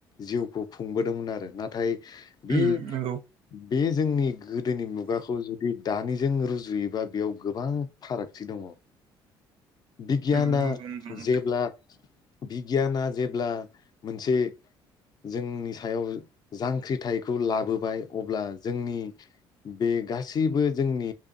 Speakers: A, on the left; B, on the right.
A: जिउखौ खुंबोदोंमोन आरो। नाथाय बे
B: उम नंगौ
A: बे जोंनि गोदोनि मुगाखौ जुदि दानिजों रुजुयोबा बेयाव गोबां फारागथि दङ। बिगियाना
B: उम नंगौ नंगौ नोंथां
A: जेब्ला बिगियाना जेब्ला मोनसे जोंनि सायाव जांख्रिथायखौ लाबोबाय अब्ला जोंनि बे गासैबो जोंनि